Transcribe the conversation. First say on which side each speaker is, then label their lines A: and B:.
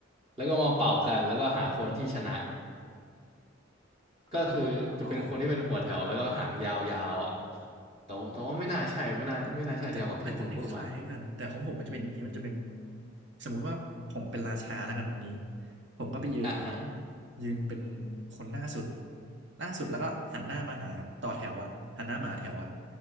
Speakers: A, on the right; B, on the right.
A: แล้วก็มาเป่ากันแล้วก็หาคนที่ชนะ
B: อ่า
A: ก็คือจะเป็นคนที่เป็นหัวแถวแล้วก็หางยาวๆอ่ะ
B: อ๋อ
A: แต่วแต่ว่าไม่น่าใช่ไม่น่าไม่น่าใช่เดียวกับที่คุณพูดมา
B: แต่อันจะอันจะคล้ายๆกันแต่ของผมมันจะเป็นอย่างนี้มันจะเป็นสมมุติว่าผมเป็นราชาแล้วกันวันนี้ผมก็ไปยืน
A: อ่าฮะ
B: ยืนเป็นคนหน้าสุดหน้าสุดแล้วก็หันหน้ามาหาต่อแถวอะหันหน้ามาหาแถวอะ